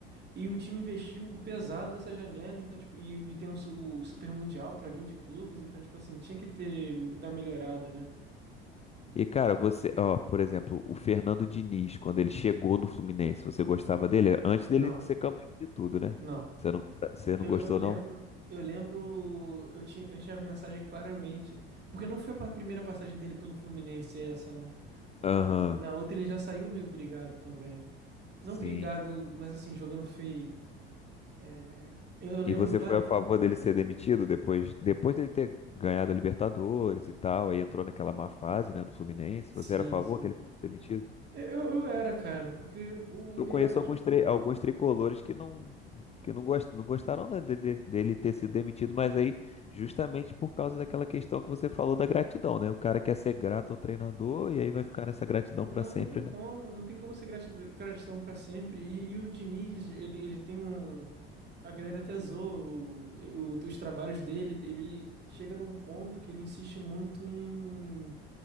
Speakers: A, on the right; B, on the left.
A: e o time investiu pesado nessa janela, então, tipo, e, e tem o, su- o Super Mundial pra vir de clubes, então, tipo assim, tinha que ter da melhorada, né?
B: E cara, você, ó, por exemplo, o Fernando Diniz, quando ele chegou no Fluminense, você gostava dele? Antes dele
A: Não,
B: ser campeão de tudo, né?
A: não.
B: Você não, você
A: Eu,
B: não gostou,
A: eu lembro,
B: não?
A: eu lembro, eu tinha, eu tinha a mensagem claramente, porque não foi a pa- primeira passagem dele pelo Fluminense essa, né?
B: Aham,
A: E, e na outra ele já saiu meio brigado também. Não
B: sim.
A: brigado, mas assim, jogando feio. É, eu lembro
B: E você
A: claro.
B: foi a favor dele ser demitido depois, depois dele ter ganhado a Libertadores e tal, aí entrou naquela má fase, né, no Fluminense.
A: Sim,
B: Você era a favor
A: sim.
B: que ele fosse demitido?
A: Eu, eu era, cara, porque o,
B: Eu
A: é
B: conheço
A: a mesma.
B: alguns, tri- alguns tricolores que não que não, gost- não gostaram da- de- de- dele ter sido demitido, mas aí justamente por causa daquela questão que você falou da gratidão, né? O cara quer ser grato ao treinador e aí vai ficar nessa gratidão
A: Não,
B: pra sempre,
A: não tem como,
B: né?
A: não tem como ser grati- gratidão pra sempre. E, e o Diniz, ele, ele tem um. A galera até zoa o- o- os trabalhos dele. Ele chega num ponto que ele insiste muito em,